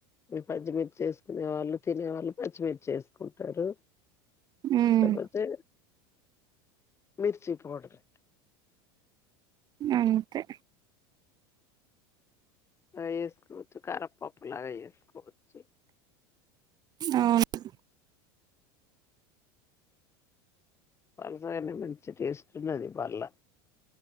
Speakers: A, on the left; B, on the right.
A: పచ్చిమిర్చి చేేసుకునే వాళ్ళు తినే వాళ్ళు పచ్చిమిర్చి వేసుకుంటారు
B: ఉమ్
A: లేపోతే మిర్చి పౌడర్
B: అంతే
A: లాగ చేసుకోవచ్చు కారపప్పు లాగ చేసుకోవచ్చు
B: అవును
A: పలసకానే మంచి టేస్ట్ ఉన్నది వాళ్ళ